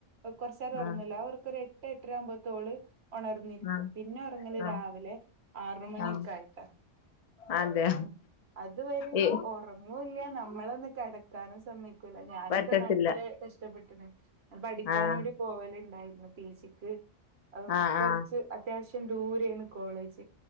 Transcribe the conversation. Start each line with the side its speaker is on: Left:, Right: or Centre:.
Right: കൊറച്ചേരം ഒറ്ങ്ങൂല്ലെ
Left: ആഹ്
Right: ആ ഒർക്കൊരു എട്ട് എട്ടര ആവുമ്പോത്ത് ഓള്. ഒണർന്നിരിക്കും.
Left: ആഹ്
Right: പിന്നെ ഒറ്ങ്ങല്
Left: ആഹ് ആഹ്
Right: രാവിലെ ആറ് മണിയൊക്കെ
Left: ആഹ്
Right: ആയിട്ട.
Left: അതെ
Right: ഉം അതുവരെ
Left: ഈ
Right: ഓറ ണുല്ല. നമ്മളൊന്നും കെടക്കാനും സമ്മയ്ക്കൂല. ഞാനൊക്കെ
Left: പറ്റത്തില്ല
Right: നല്ല കഷ്ടപ്പെട്ട്ണ്. പഠിക്കാനൂടി
Left: ആഹ്
Right: പോവല്ണ്ടായിരുന്നു. പി ജി ക്ക് അത്
Left: ആഹ്
Right: കുറച്ച്
Left: ആഹ്
Right: അത്യാവശ്യം ദൂരേയ്ന്നു കോളേജ്.